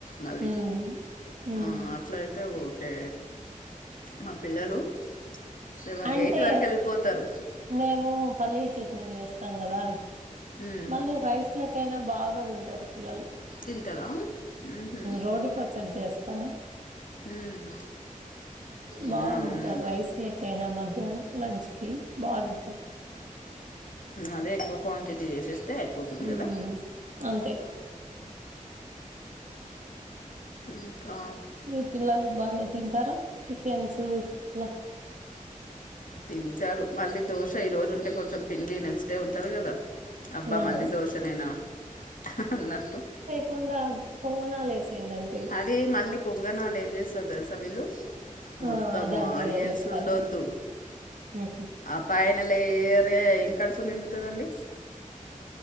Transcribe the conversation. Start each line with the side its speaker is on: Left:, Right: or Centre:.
Left: మళ్ళీ
Right: ఉమ్ ఉమ్
Left: ఆ అట్లయితే ఓకే మా పిల్లలు సెవెన్
Right: అంటే
Left: ఎయిట్ వరకు వెళ్ళిపోతారు
Right: మేము పల్లీ చట్నీ చేస్తాం కదా
Left: ఉమ్,
Right: మళ్ళీ రైస్ ఇట్లకైనా బాగా తింటారు పిల్లలు
Left: తింటారా ఉహుం.
Right: రోటి పచ్చడి చేస్తారు త
Left: ఉమ్
Right: బాగా
Left: అవునా
Right: తింటారు
Left: ఉమ్,
Right: రైస్ లెక్కయినా మధ్యాహ్నం లంచ్కి బాగా తింటారు
Left: అదే ఎక్కువ క్వాంటిటీ చేసి అయిపోతుంది
Right: ఉమ్
Left: కదా
Right: అంతే
Left: ఇంకా
Right: మీ పిల్లలు బాగానే తింటారా టిఫిన్స్ అట్లా
Left: తింటారు మళ్ళీ దోశ ఈరోజు ఉంటే కొంచెం పిండి నెక్స్ట్ డే ఉంటుంది కదా అబ్బా
Right: ఉమ్
Left: మళ్ళీ దోశనేనా అన్నట్టు
Right: కుండా పొంగనాలు ఎసేయండి ఆన్
Left: అదీ మళ్ళీ పొంగనాళ్ళు ఏం చేస్తారు తెలుసా వీళ్ళు
Right: ఆ
Left: మొత్తం
Right: దాంట్లో
Left: ఆనియన్స్
Right: ఏరేస్తారేమో
Left: ఉండొద్దు
Right: ఉహు
Left: ఆ పైయన లేయరే ఏం కడుపు నిండుతుందండి